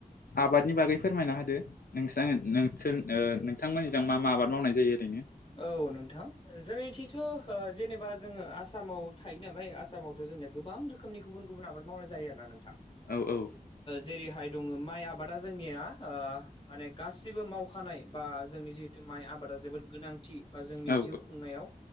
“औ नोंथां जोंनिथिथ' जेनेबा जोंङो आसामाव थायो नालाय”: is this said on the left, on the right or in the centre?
Left